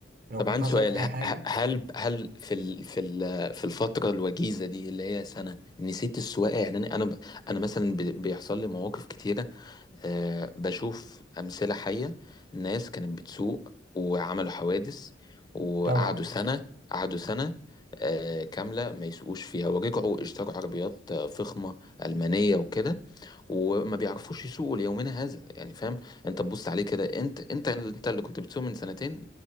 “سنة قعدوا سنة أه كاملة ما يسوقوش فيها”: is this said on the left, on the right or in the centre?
Left